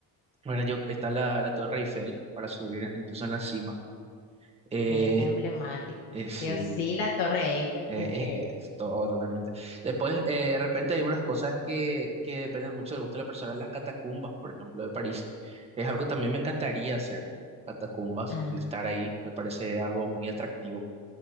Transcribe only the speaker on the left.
sí, es emblemático.
Sí
o sí, la Torre Eiffel,
tenés
que
ir.
Ah,